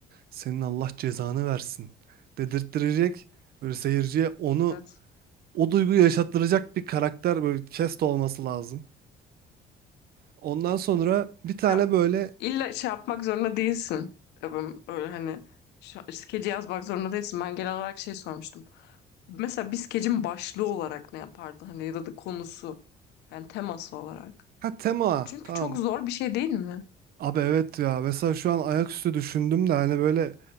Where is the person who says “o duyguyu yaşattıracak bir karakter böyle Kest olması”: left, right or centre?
Right